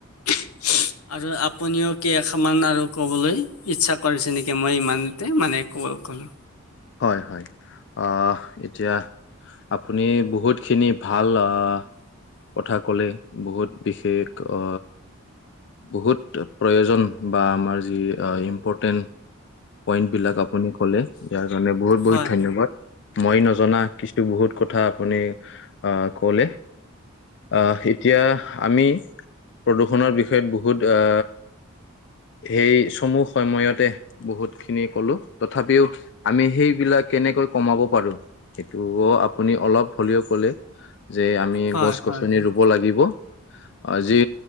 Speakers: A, on the left; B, on the left.
A: <unintelligible> আৰু আপুনিও কেই-আষাৰমান আৰু কবলৈ ইচ্ছা কৰিছে নিকি মই ইমান। তে মানে কোৱৰ ক'ল
B: হয় হয়, অ এত এতিয়া, আপুনি বহুতখিনি ভাল আ। কথা ক'লে বহুত বিশেষ অ বহুত প্ৰয়োজন বা আমাৰ যি ইম্পৰ্টেণ্ট পইণ্ট বিলাক আপুনি ক'লে ইয়াৰ কাৰণে বহুত
A: হয়
B: বহুত ধন্যবাদ।
A: হয়
B: মই নজনা কিছু বহুত কথা আপুনি আহ ক'লে। আ এতিয়া আমি, প্ৰদূষণৰ বিষয়ে বহুত অ এই চমু সময়তে। বহুত খিনি কলো তথাপিও আমি সেইবিলাক কেনেকৈ কমাব পাৰো। সেইটো অ আপুনি অলপ হলেও কলে, যে আ আমি
A: হয়
B: গছ-গছনি
A: হয় হয়
B: ৰুব লাগিব। আজি